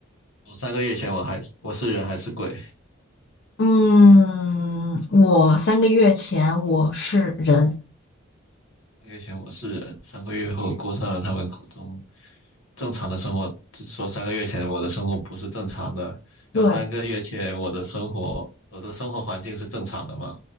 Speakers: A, on the left (about 75°); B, on the left (about 50°).
A: 我三个月前我还我是人还是鬼？
B: 嗯，我三个月前我是人，
A: 三个月前我是人，三个月后过上了他们口中正常的生活。就是说三个月前我的生活不是正常的，
B: 对，
A: 要三个月前我的生活，我的生活环境是正常的吗？